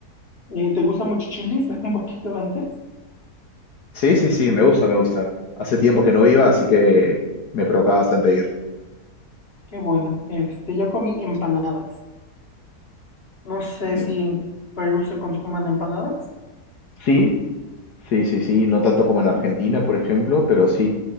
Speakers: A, on the left; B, on the left.
A: eh, ¿te gusta mucho chilis? <laughs> Un poquito antes.
B: Sí, sí, sí, me gusta, me gusta. Hace tiempo que no iba, así que me provocaba bastante ir.
A: Qué bueno. Este, yo comí empanadas. No sé
B: Y-
A: si en Perú se consuman empanadas.
B: Sí, sí, sí, sí, no tanto como en Argentina, por ejemplo, pero sí,